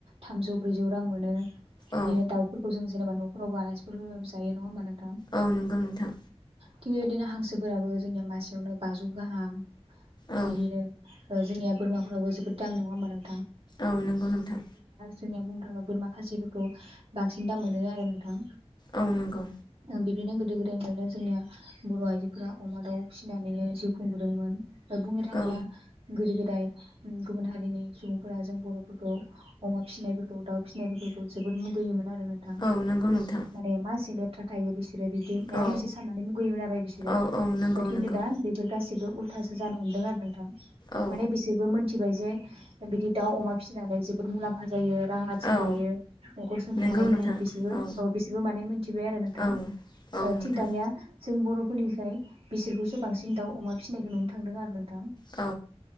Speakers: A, on the right; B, on the left.
A: थामजौ ब्रैजौ रां मोनो बियो
B: औ
A: दाउफोरखौजों जेनेबा न'फोराव आलासिफोर फैबाबो जायो नङा होमबा नों
B: औ नंगौ नोंथां
A: थिग बेबायदिनो हांसोफोराबो जोंनिया मासेयावनो बाजौ गाहाम
B: औ
A: बिदिनो जोंनिया बोरमाफोरावबो जोबोद दाम नङा होमबा नों
B: औ नंगौ नोंथां
A: जोंनिया बुंनो थाङोबा बोरमाखासिफोरखौ बांसिन दाम मोनो आरो नोंथां
B: औ नंगौ
A: बिदिनो गोदो गोदायनिफ्रायनो जोंनिया बर' आइजोफोरा अमा दाउ फिसिनानै जिउ खुंबोदोंमोन। बुंनो थाङोब्ला
B: औ
A: गोदो गो दाय गुबुन हारिनि सुबुंफोरा जों बर'फोरखौ अमा फिसिनायफोरखौ दाउ फिसिनायफोरखौ जोबोद मुगैयोमोन आरो नोंथां
B: औ नंगौ नोंथां
A: माने मा <unintelligible> थाथायो बिस सोरो बिदि माबा
B: औ
A: मोनसे साननानै मुगैयोमोन आरो बिसोरो
B: औ औ नंगौ
A: दा खिन्थु
B: नंगौ
A: दा बेफोर गासिबो उल्थासो जानो हमदों आरो नोंथां
B: औ
A: माने बिसोरबो मोन मिथिबाय जे बिदि दाउ अमा फिसिनानै जोबोद मुलाम्फा दायो रां आरजिनो
B: औ
A: हायो नखर सुथानो
B: नंगौ
A: हायो होन्नानै
B: नोंथां
A: बिसोरबो ओ
B: औ
A: बिसोरबो मिथिबाय आरो नोंथां।
B: औ औ नोंथां
A: थिग दानिया जों बरफोराबो फोरनिखाय बिसोरखौसो बांसिन दाउ अमा फिसिनायखौ नुनो थांदों आरो नोंथां।
B: औ।